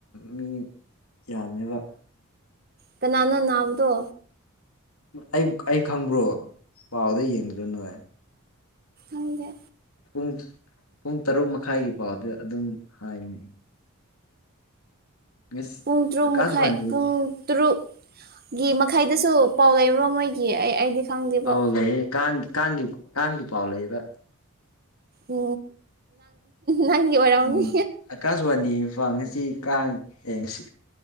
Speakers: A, on the left; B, on the right.
A: ꯃꯤ ꯌꯥꯝꯃꯦꯕ
B: ꯀꯅ ꯅꯥꯕꯗ
A: ꯑꯩ ꯑꯩ ꯈꯪꯕ꯭ꯔꯣ ꯄꯥꯎꯗ ꯌꯦꯡꯗꯔꯅꯨ
B: ꯥꯡꯦ
A: ꯄꯨꯡ ꯄꯨꯡ ꯇꯔꯨꯛ ꯃꯈꯥꯏꯒꯤ ꯄꯥꯎꯗ ꯑꯗꯨꯝ ꯍꯥꯏꯅꯤ ꯉꯁꯤ
B: ꯄꯨꯡ ꯇꯔꯨꯛ
A: ꯑꯀꯥꯁꯕꯥꯅꯤ
B: ꯃꯈꯥꯏ ꯄꯨꯡ ꯇꯔꯨꯛꯀꯤ ꯃꯈꯥꯏꯗ ꯁꯨ ꯄꯥꯎ ꯂꯩꯕ꯭ꯔꯣ ꯃꯣꯏꯒꯤ ꯑꯩ ꯑꯩꯗꯤ ꯈꯪꯗꯦꯕꯣ
A: ꯑꯧ ꯂꯩ ꯀꯥꯡ ꯀꯥꯡꯒꯤ ꯀꯥꯡꯒꯤ ꯄꯥꯎ ꯂꯩꯕ
B: ꯎ ꯅꯪꯒꯤꯦ ꯋꯥꯔꯥꯎꯅꯤ
A: ꯎꯝ ꯑꯀꯥꯁꯕꯥꯅꯤ ꯏꯝꯐꯥꯜ ꯉꯁꯤ ꯀꯥꯡ ꯌꯦꯡ ꯁꯤ